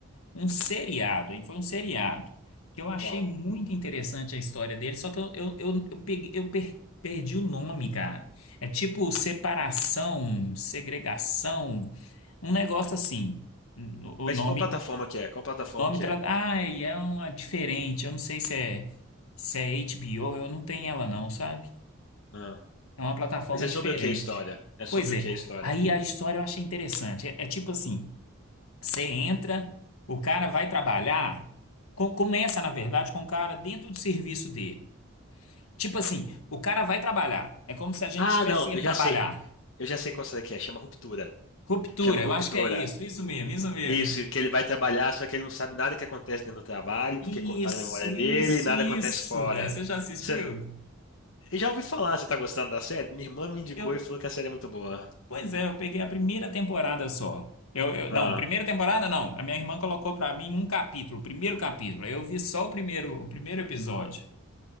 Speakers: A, on the left; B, on the left.
A: um seriado. Aí foi um seriado que eu achei
B: Qual?
A: muito interessante a história dele, só que eu, eu, eu, eu, peguei- eu per- perdi o nome, cara. É tipo separação, segregação, um negócio assim. O o
B: Mas
A: nome,
B: qual plataforma que é? Qual plataforma
A: o nome
B: que
A: trata.
B: é?
A: Ai, é uma diferente. Eu não sei se é, se é HBO, eu não tenho ela, não, sabe?
B: Ah.
A: É uma plataforma
B: Mas é
A: diferente.
B: sobre o que a história? É sobre
A: Pois é,
B: o que a história?
A: aí a história eu achei interessante. É, é tipo assim, você entra, o cara vai trabalhar, co- começa, na verdade, com o cara dentro do serviço dele. Tipo assim, o cara vai trabalhar. É como se a gente
B: Ah,
A: tivesse
B: não, eu
A: indo
B: já
A: trabalhar.
B: sei. Eu já sei qual será que é. Chama Ruptura.
A: Ruptura,
B: Chama Ruptura.
A: eu acho que é isso, isso mesmo, isso mesmo.
B: Isso, que ele vai trabalhar, só que ele não sabe nada que acontece dentro do trabalho,
A: Isso,
B: porque cortaram a memória dele
A: isso,
B: e nada
A: isso,
B: acontece fora.
A: velho. Você já assistiu?
B: Você, eu já ouvi falar, você tá gostando da série? Minha irmã me indicou
A: Eu,
B: e falou que a série é muito boa.
A: Pois é, eu peguei a primeira temporada só. Eu, eu-
B: Ah,
A: não, primeira temporada não. A minha irmã colocou pra mim um capítulo, o primeiro capítulo. Aí eu vi só o primeiro, o primeiro episódio.